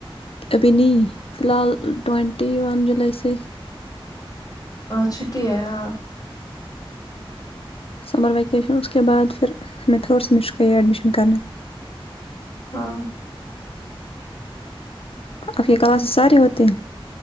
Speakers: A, on the left; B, on the left.
A: ابھی نہی فی الحال ٹوینٹی ون جولائی سے
B: چھٹی ہےیا
A: سمر ویکیشن اس کے بعد پھر میں تھرڈ سیمیسٹر کا یہ ایڈمیشن کرنا
B: ہاں
A: آپ یہ کلاس سارے ہوتے ہیں